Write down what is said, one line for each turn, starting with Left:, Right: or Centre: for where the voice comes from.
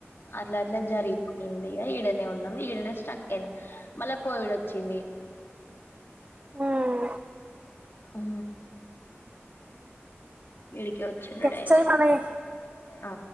Left: అట్లట్ల జరిగిపోతుంది ఇగ ఈడ ఈడనే ఉన్నాం ఈడనే స్ట్రక్ అయిన మళ్ళా కోవిడ్ వచ్చింది
Right: హ్మ్
Left: ఆ ఇడికి వచ్చుండు
Right: చెక్
Left: డైలే
Right: చెయ్ మళ్ళా చెయ్
Left: ఆ